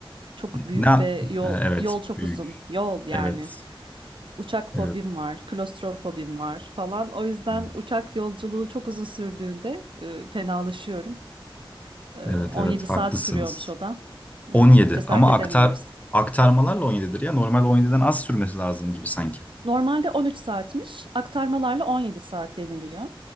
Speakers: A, on the right (about 65°); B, on the left (about 15°).
A: Çok büyük
B: Ne? Ha,
A: ve yol
B: Evet,
A: yol çok
B: büyük.
A: uzun. Yol yani.
B: Evet,
A: Uçak
B: evet.
A: fobim var, klostrofobim var falan. O yüzden
B: Evet,
A: uçak yolculuğu çok uzun sürdüğünde e, fenalaşıyorum. E,
B: evet,
A: 17
B: evet.
A: saat
B: haklısınız.
A: sürüyormuş o da. Yani
B: 17
A: cesaret
B: ama
A: edemiyoruz.
B: aktar aktarmalarla 17'dir ya. Normal 17'den az sürmesi lazım gibi sanki.
A: Normalde 13 saatmiş, aktarmalarla 17 saat deniliyor.